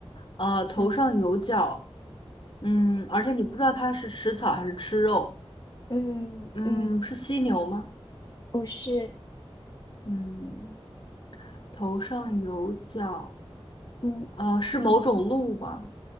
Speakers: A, on the left; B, on the left.
A: 呃，头上有角，
B: 嗯
A: 嗯，而且你不知道它是吃草还是吃肉，
B: 嗯嗯，
A: 嗯，是犀牛吗？
B: 不是，
A: 嗯，头上有角。
B: 嗯
A: 呃，是某种鹿吗？